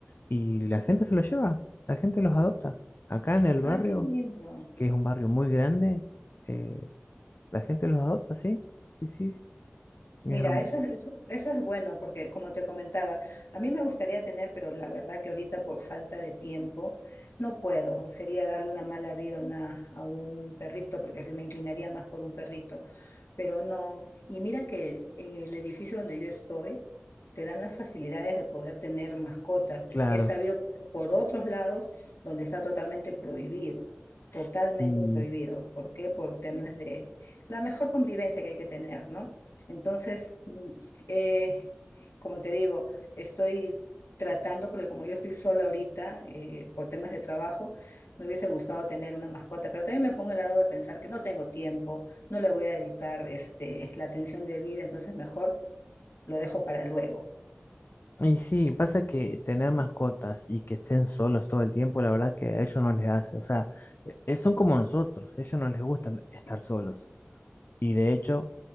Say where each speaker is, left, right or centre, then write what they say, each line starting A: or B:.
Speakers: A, on the left; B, on the left.
A: y la gente se los lleva, la gente los adopta. Acá en el
B: Ah,
A: barrio,
B: qué lindo.
A: que es un barrio muy grande, eh, La gente los adopta, sí. Sí, sí. Es
B: Mira,
A: herm-
B: eso es, eso, eso es bueno porque, como te comentaba, a mí me gustaría tener, pero la verdad que ahorita por falta de tiempo no puedo. Sería darle una mala vida a, una, a un perrito porque se me inclinaría más por un perrito. pero no. Y mira que en el edificio donde yo estoy, te dan las facilidades de poder tener mascotas.
A: claro.
B: He sabido pasar por otros lados donde está totalmente prohibido, totalmente
A: Sí.
B: prohibido. ¿Por qué? Por temas de la mejor convivencia que hay que tener, ¿no? Entonces, mm, eh, como te digo, estoy tratando, porque como yo estoy sola ahorita, eh, por temas de trabajo, me hubiese gustado tener una mascota, pero también me pongo el lado de pensar que no tengo tiempo, no le voy a dedicar este, la atención debida, entonces mejor lo dejo para luego.
A: Y sí, pasa que tener mascotas y que estén solos todo el tiempo, la verdad que a ellos no les hace. O sea, eh, son como nosotros, a ellos no les gusta estar solos. Y de hecho,